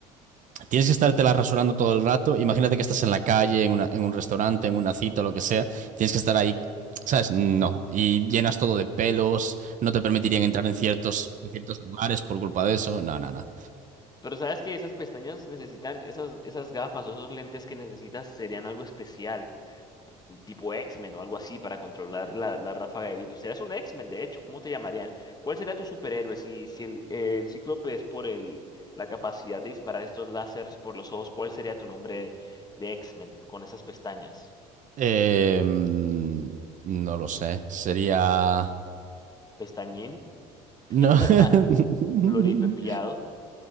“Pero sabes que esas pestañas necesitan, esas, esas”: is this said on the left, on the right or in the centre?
Left